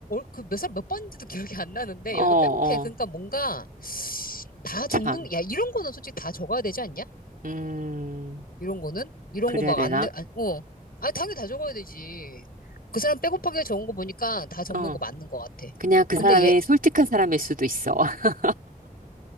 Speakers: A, on the left (about 75°); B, on the right (about 65°).
A: 그몇 사람 몇 번인지도 기억이 안 나는데
B: 어,
A: 여기가
B: 어,
A: 빼곡해. 그러니까 뭔가 다 적는,
B: 참.
A: 야, 이런 거는 솔직히 다 적어야 되지 않냐?
B: 음,
A: 이런 거는? 이런
B: 그래야
A: 거 막
B: 되나?
A: 안, 내- 안, 어. 아니, 당연히 다 적어야 되지. 그 사람 빼곡하게 적은 거 보니까 다 적는
B: 어.
A: 거 맞는 거 같아.
B: 그냥 그
A: 근데
B: 사람이
A: 얘,
B: 솔직한 사람일 수도 있어. <laughs>